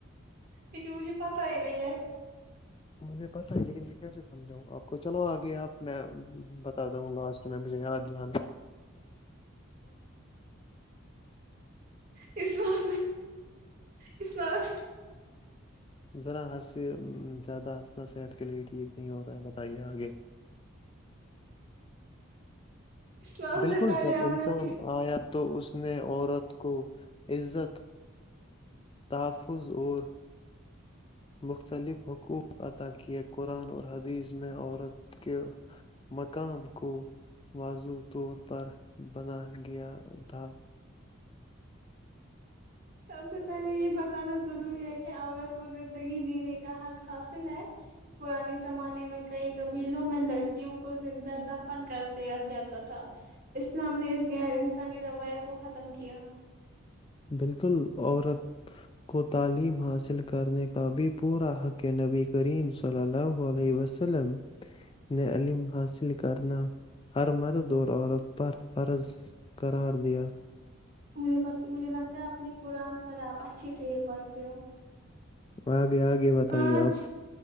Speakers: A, on the right; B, on the left.
A: لیکے مجھے پتا ہی نہیں ہے
B: مجھے پتا ہے لیکن میں کیسے سمجھاؤں آپ کو چل آگے گیا میں بتا د ہوں لاسٹ میں مجھے یاد لان
A: اسلام اسلام
B: ذرا ح یہ زیادہ آ ن صحت کے لیے ٹھیک نہیں ہوتا ہے بتائیے آگے
A: اسلام
B: بالکل
A: سے پہلے
B: جب
A: عورت
B: انسان
A: کی
B: آیا تو اس نے عورت کو عزت تف پوض اورور مختلف حقوق عطا کیے قرآن اور حدیث ج میں عورت کے مقام کو وضو طور پر بنا گیا تھا
A: سب سے پہلے یہ بتانا ضروری ہے کہ عورت کو زندگی جینے کے کہ حق حاصل ہے پرانے زمانے میں کئی قبیلوں میں لڑکیوں کو زندہ دفن کر دیا جاتا تھا اسلام نے اس غیر انسانی رویہ کو ختم کیا
B: بالکل عورت کو تعلیم حاصل کرنے کا بھی پورا حق ہے نبی کریم صلی اللہ علیہ وسلم نے علیم حاصل کرنا ہر مرد اور عورت پر فرض قرار دیا
A: مجھے پ مجھے لگتا اپنی قرآن پڑے آپھ اچھے سے یہ پڑھتے ہو
B: اور گ آگے بتائیے
A: آج
B: آپ